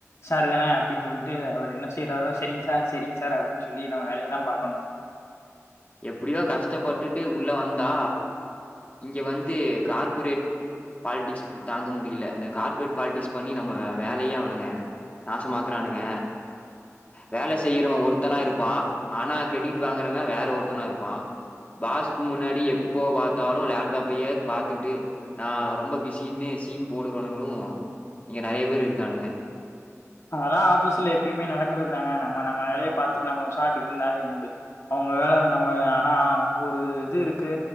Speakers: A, on the left (about 60°); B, on the left (about 30°).
A: சார் தானே அப்டின் சொல்ட்டு அவரு என்ன செய்றாரோ செரிங் சார் செரிங் சார் அப்டின் சொல்லி நம்ம வேலையதா பாக்கணு
B: எப்டியோ கஷ்டப்பட்டுட்டு உள்ள வந்தா இங்க வந்து கார்ப்பரேட் பாலிடிக்ஸ் தாங்க முடியல இந்த கார்பரேட் பாலிடிக்ஸ் பண்ணி நம்ம வே வேலையே அவனுங்க நாசமாக்குறானுங்க வேல செய்யறவ ஒருத்தனா இருப்பா ஆனா கிரெடிக்ட் வாங்குறவ வேற ஒருத் தனா இருப்பா பாஸுக்கு முன்னாடி
A: ம்
B: எப்போ பாத்தாலு லேப்டாப்பையே பாத்துக்கிட்டு நா ரொம்ப பிஸின்னு சீன் போடுறவ்னுங்களு இங்க நெறைய பேரு இருக்கானுங்க
A: அதெல்லா ஆஃபீஸ்ல எப்பயுமே நடக்குறது தான நம்ம நம்ம வேலய பாத்துட்டு நம்ம பெசாட்டுக்கு இருந்தாதே உண்டு அவுங்க வேலய வந்து நம்ம ஆனா ஒரு இது இருக்கு